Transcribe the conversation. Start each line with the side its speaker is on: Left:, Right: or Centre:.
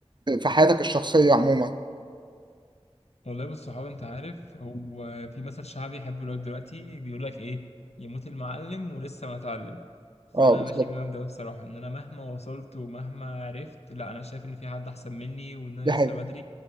Right: في حياتك الشخصية عموما
Left: والله بص صحابي انت عارف هو في مثل شعبي يحبه لك دلوقتي بيقول لك ايه يموت المعلم ولسه ما اتعلم فانا
Right: اه بالظبط
Left: ماشي بالمبدأ ده بصراحة ان انا مهما وصلت ومهما عرفت لا انا شايف ان في حد احسن مني وان انا
Right: دي حقيقة
Left: لسه بدري